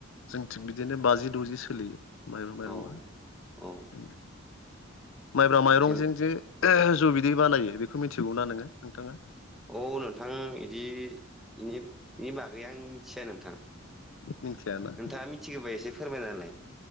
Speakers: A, on the left (about 70°); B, in the centre.
A: जोंथिं बिदिनो बाजि द'जि सोलियो माइब्रा
B: औ
A: माइरङा
B: औ
A: उम माइब्रा माइरंजों
B: जेन
A: जे जौ बिदै बानायो बेखौ मिथिगौना नोङो नोंथाङा
B: औ नोंथां इदि इनि इनि बागै आं मिथिया नोंथां
A: मिनथियाना
B: नोंथाङा मिथिगोबा एसे फोरमायना होलाय